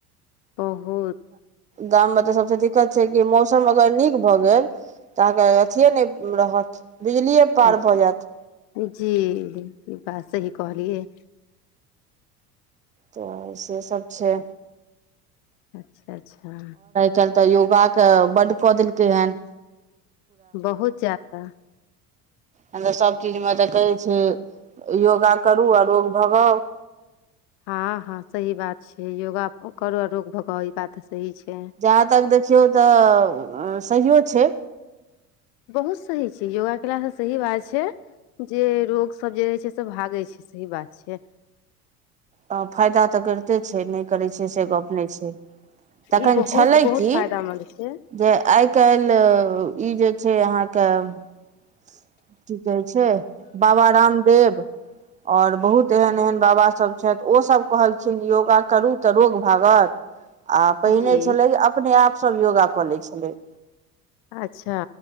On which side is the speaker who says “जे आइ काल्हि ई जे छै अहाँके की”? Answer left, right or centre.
Right